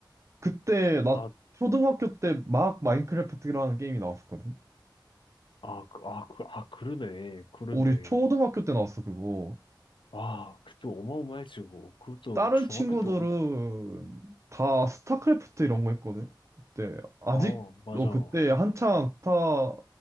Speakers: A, on the right; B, on the left.
A: 그때, 나
B: 아,
A: 초등학교 때 막 마인크래프트라는 게임이 나왔었거든?
B: 아, 그- 아, 그, 아, 그러네. 그러네.
A: 우리 초등학교 때 나왔어, 그거.
B: 아, 그것도 어마어마해지고. 그것도
A: 다른
B: 중학교
A: 친구들은
B: 때 엄,
A: 다 스타크래프트 이런 거 했거든? 그때, 아직,
B: 아, 맞아.
A: 어, 그때 한창 스타